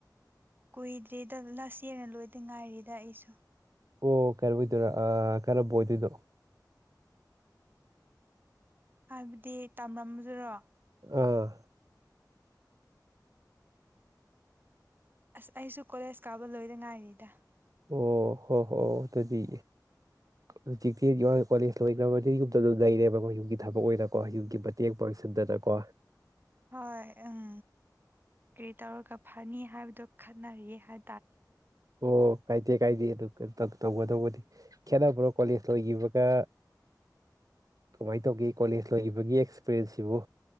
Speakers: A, on the right; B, on the right.
A: ꯀꯨꯏꯗ꯭ꯔꯤꯗ ꯅꯁꯤꯅ ꯂꯣꯏꯗ ꯉꯥꯏꯔꯤꯗ ꯑꯩꯁꯨ
B: ꯑꯣ ꯀꯔ ꯑꯣꯏꯗꯣꯏꯔ ꯑꯥ ꯀꯔꯝꯕ ꯑꯣꯏꯗꯣꯏꯅꯣ
A: ꯍꯥꯏꯕꯗꯤ ꯇꯝꯃꯝꯕꯗꯨꯔꯣ
B: ꯑꯥ
A: ꯑꯁ ꯑꯩꯁꯨ ꯀꯣꯂꯦꯖ ꯀꯥꯕ ꯂꯣꯏꯗ ꯉꯥꯏꯔꯤꯗ
B: ꯑꯣ ꯍꯣ ꯍꯣ ꯑꯗꯨꯗꯤ ꯍꯧꯖꯤꯛꯇꯤ ꯀꯣꯂꯦꯖ ꯂꯣꯏꯈ꯭ꯔꯕꯅꯤꯅ ꯌꯨꯝꯗ ꯑꯗꯨꯝ ꯂꯩꯔꯦꯕꯀꯣ ꯌꯨꯝꯒꯤ ꯊꯕꯛ ꯑꯣꯏꯅꯀꯣ ꯌꯨꯝꯒꯤ ꯃꯇꯦꯡ ꯄꯥꯡ ꯆꯤꯟꯗꯅ ꯀꯣ
A: ꯍꯣꯏ ꯎꯝ ꯀꯔꯤ ꯇꯧꯔꯒ ꯐꯅꯤ ꯍꯥꯏꯕꯗꯣ ꯈꯠꯅꯔꯤ ꯍꯥꯏ
B: ꯑꯣ ꯀꯥꯏꯗꯦ ꯀꯥꯏꯗꯦ ꯗꯨꯒ ꯇꯝ ꯇꯧꯒꯗꯧꯕꯅꯤ ꯈꯦꯠꯅꯕ꯭ꯔꯣ ꯀꯣꯂꯦꯖ ꯂꯣꯒꯤꯕꯒ ꯀꯃꯥꯏꯅ ꯇꯧꯒꯦ ꯀꯣꯂꯦꯖ ꯂꯣꯒꯤꯕꯒꯤ ꯑꯦꯛꯁꯄꯤꯔꯦꯟꯁꯁꯤꯕꯨ